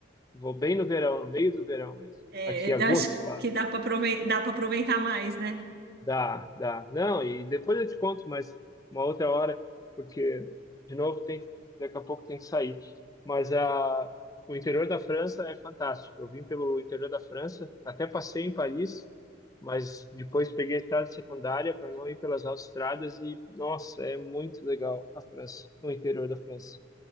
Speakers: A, on the left (about 20°); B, on the right (about 55°).
A: Vou bem no verão, no meio do verão mesmo.
B: É,
A: Aqui, agosto
B: eu acho
A: lá.
B: que dá para aproveitar, dá para aproveitar mais, né?
A: Dá, dá. Não, e depois eu te conto, mas uma outra hora, porque, de novo, tem, que- daqui a pouco tem que sair. Mas a, o interior da França é fantástico. Eu vim pelo interior da França, até passei em Paris, mas depois peguei a estrada secundária para não ir pelas autoestradas e, nossa, é muito legal a França, o interior da França.